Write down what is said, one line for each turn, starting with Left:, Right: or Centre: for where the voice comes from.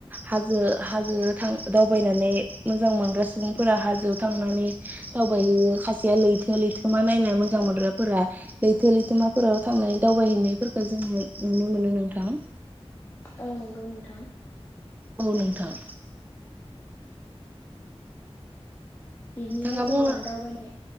Right: हाजो हाजोङो थां दावबायनानै मोजां मोनग्रा सुबुंफोरा हाजोआव थांनानै दावबायहैयो खासेया लैथो लैथोमा नायनो मोजां मोनग्राफोरा लैथो लैथोमाफोराव थांनानै दावबायहैनायफोरखो जोङो नुनो मोनो नोंथां।
Left: औ नोंगौ नोंथां।
Right: औ नोंथां।
Left: बिदिहाय
Right: नोंथाङा
Left: जोंना
Right: बुंनो
Left: दावबायनाय